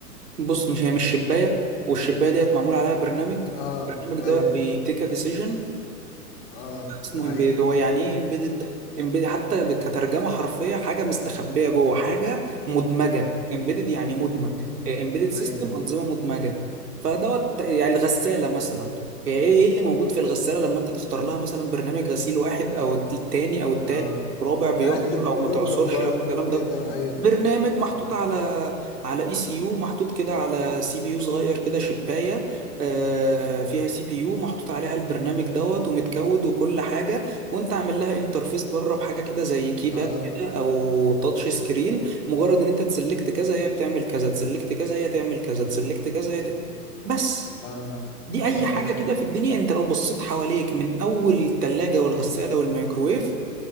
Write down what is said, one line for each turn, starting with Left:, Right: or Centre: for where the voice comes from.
Right: بص مش هي مش شبايه والشبايه ديت معمول عليها برنامج
Left: اه
Right: البرنامج
Left: ايوه
Right: دوت بيتيك ديسيجن
Left: اه
Right: اسمه
Left: ده حقيقي
Right: امبيد هو يعني ايه امبيدد امبيد حتى ب- كترجمه حرفيه حاجه مستخبيه جوه حاجه مدمجه امبيدد يعني مدمج
Left: امم
Right: امبيدد سيستم
Left: ايوه
Right: انظمه مدمجه فدوت يعني الغساله مثلا هي ايه إيه اللي موجود في الغساله لما انت تختار لها مثلا برنامج غسيل واحد او التاني او التالت
Left: اه
Right: الرابع
Left: يعني
Right: بيعصر
Left: بروجرام
Right: او ما تعصرش
Left: برضه
Right: او الكلام
Left: وكده
Right: ده
Left: ايوه
Right: برنامج محطوط
Left: اه
Right: على على اي سي يو محطوط كده على سي بي يو صغير كده شبايه آه، فيها سي بي يو محطوط عليها البرنامج دوت ومتكود وكل حاجه وانت عامل لها انترفيس بره بحاجه كده زي كيباد
Left: اه
Right: كده او تاتش سكرين مجرد ان انت تسلكت كذا هي بتعمل كذا تسلكت كذا هي تعمل كذا تسلكت كذا هي ت... بس
Left: اه
Right: دي اي
Left: تمام
Right: حاجه كده في الدنيا انت لو بصيت حواليك من اول الثلاجه والغساله والميكروويف